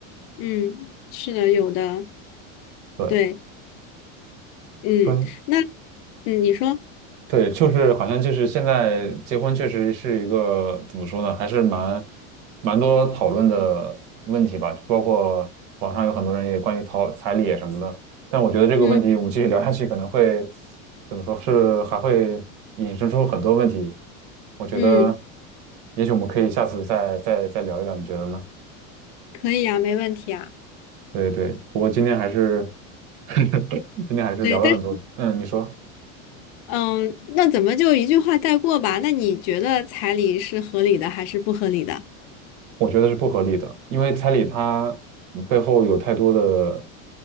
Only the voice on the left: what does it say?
嗯，是的，有的，
对，嗯，
那嗯你说，
嗯
嗯，
可以啊，没问题啊。
对，但是。
嗯，那怎么就一句话带过吧？那你觉得彩礼是合理的还是不合理的？